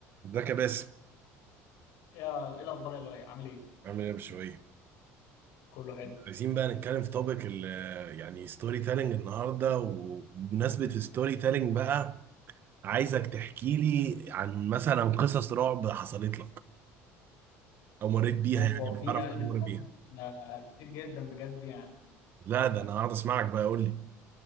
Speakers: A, on the right; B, on the left.
A: ازيك يا باسم
B: يا ايه الاخبار يا لؤي عامل ايه
A: عامل ايه يا بشوية
B: كله حلو
A: عايزين بقى نتكلم في توبيك ال يعني ستوري تيلينج النهارده وبمناسبة ستوري تيلينج بقى عايزك تحكي لي عن مثلا قصص رعب حصلت لك او مريت بيها
B: اوف
A: يعني
B: هو
A: او
B: في
A: تعرف
B: اقل
A: حد مر بيها
B: منهم ده كتير جدا بجد يعني
A: لا ده انا قاعد اسمعك بقى قول لي